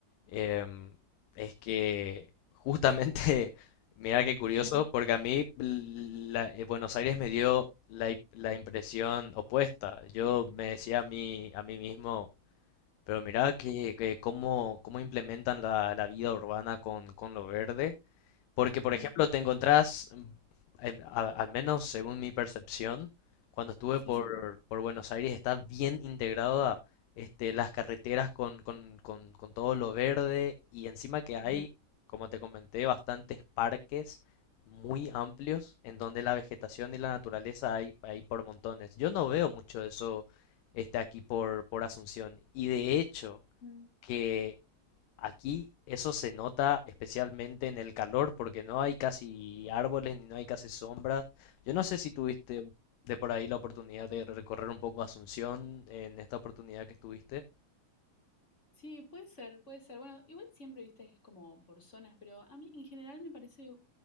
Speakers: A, on the left; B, on the left.
A: Em, es que justamente, <laughs> mira qué curioso,
B: Eh,
A: porque a mí la- eh, Buenos Aires me dio la, i- la impresión opuesta. Yo me decía a mí, a mí mismo, pero mira que, que cómo, cómo implementan la, la vida urbana con, con lo verde. Porque, por
B: mm,
A: ejemplo, te encontrás, mm, em, a- al menos según mi percepción, cuando estuve
B: sí.
A: por, por Buenos Aires, está bien integrada este, las carreteras con, con, con, con todo lo verde y encima que hay,
B: mm,
A: como te comenté, bastantes parques muy amplios en donde la vegetación y la naturaleza hay, hay por montones. Yo no veo mucho eso este, aquí por, por Asunción y de hecho
B: mm.
A: que Aquí eso se nota especialmente en el calor porque no hay casi árboles ni no hay casi sombras. Yo no sé si tuviste de por ahí la oportunidad de recorrer un poco Asunción en esta oportunidad que estuviste.
B: Sí, puede ser, puede ser. Bueno, igual siempre, viste, es como por zonas, pero a mí en general me parece